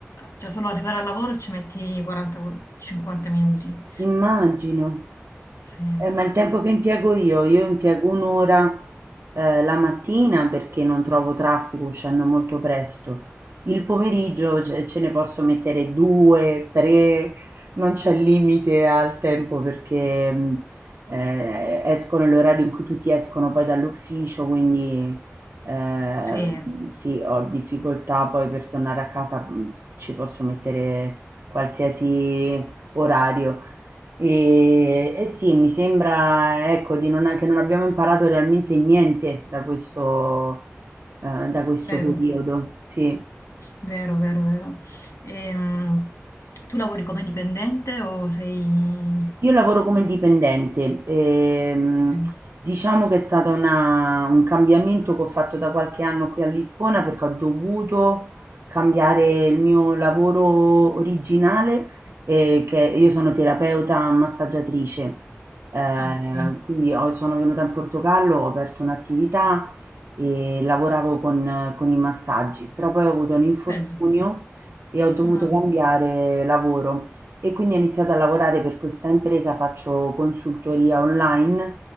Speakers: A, on the left (about 75°); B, on the right (about 60°).
A: già solo arrivare al lavoro ci metti 40-50 minuti.
B: Immagino.
A: Sì, eh,
B: Eh, ma il tempo che impiego io, io impiego un'ora eh, la mattina perché non trovo traffico uscendo molto presto. Il pomeriggio ce, ce ne posso mettere due, tre, non c'è limite al tempo perché mh, eh, esco nell'orario in cui tutti escono poi dall'ufficio, quindi eh,
A: sì,
B: sì, ho difficoltà poi per tornare a casa, mh, ci posso mettere qualsiasi orario. E, e sì, mi sembra, ecco, di non, che non abbiamo imparato realmente niente da questo, eh, da questo
A: vero,
B: periodo. Sì.
A: vero, vero, vero. Ehm, tu lavori come dipendente o sei...
B: Io lavoro come
A: in-
B: dipendente, ehm,
A: ok.
B: diciamo che è stato una- un cambiamento che ho fatto da qualche anno qui a Lisbona perché ho dovuto cambiare il mio lavoro originale, eh, che io sono terapeuta massaggiatrice, eh,
A: Ah, ok,
B: quindi ho- sono venuta in Portogallo, ho aperto un'attività e lavoravo con, con i massaggi, però poi ho avuto un infortunio
A: bello.
B: e ho dovuto
A: Ah,
B: cambiare lavoro e quindi ho iniziato a lavorare per questa impresa, faccio consultoria online,